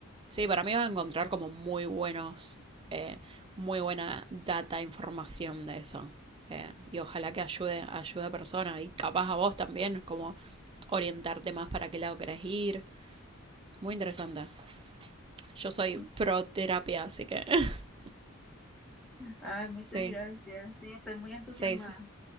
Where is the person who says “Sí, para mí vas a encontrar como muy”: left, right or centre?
Right